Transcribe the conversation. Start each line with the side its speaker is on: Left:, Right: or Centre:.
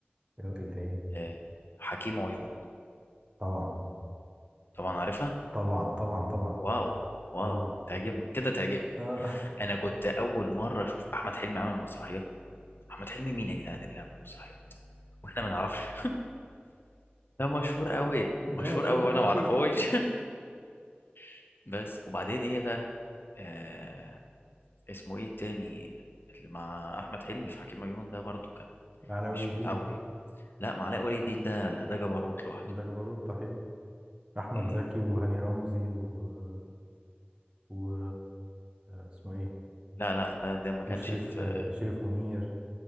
Right: اللي هي
Left: آه، حكيم عيون
Right: طبعا
Left: طبعا عارفها
Right: طبعا طبعا طبعا
Left: واو واو
Right: اه طبعا
Left: تعجبني كده تعجبني
Right: آه،
Left: انا كنت اول مرة اشوف احمد حلمي عامل مسرحية احمد حلمي مين يا جدعان اللي عامل مسرحية واحنا ما نعرفش <laughs> ده مشهور قوي
Right: <laughs> ده
Left: مشهور
Right: مشهور
Left: قوي وانا ما
Right: قوي
Left: اعرفوش <laughs> بس وبعدين ايه بقى آه اسمه ايه التاني اللي مع احمد حلمي في حكيم عيون ده برضو كان
Right: على ولي
Left: مش
Right: الدين
Left: متعودين لا ما علاء ولي الدين ده ده جبروت لوحده
Right: ده جبروت صحيح أحمد
Left: إيه،
Right: زكي وهاني رمزي و, و... اسمه إيه
Left: لا لا ده ده ما كانش
Right: وشريف
Left: في
Right: شريف منير